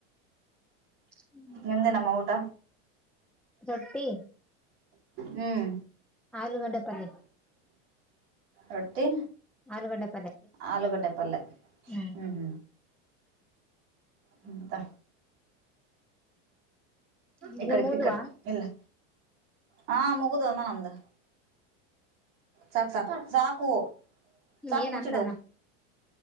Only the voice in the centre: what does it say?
ಹು.
ರೊಟ್ಟಿ
ಆಲೂಗಡೆ ಪಲ್ಲೆ.
ಆಲೂಗಡ್ಡೆ ಪಲ್ಯ
ಹ್ಮ್
ನೀನು
ಮೂದ್ವಾ
ಏನ್
ಅಂತಾನ